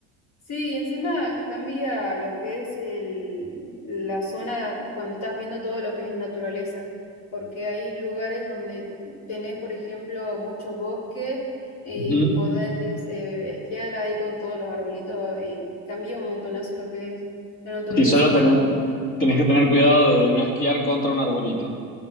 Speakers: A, on the left (about 60°); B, on the left (about 40°).
A: Sí, y encima cambia lo que es el, la zona cuando estás viendo todo lo que es naturaleza, porque hay lugares donde tenés, por ejemplo, mucho bosque y
B: Ujú.
A: podés eh, esquiar ahí con todos los arbolitos, y cambia un montonazo lo que es la naturaleza,
B: Y solo tener- tenés que tener cuidado de no esquiar contra un arbolito.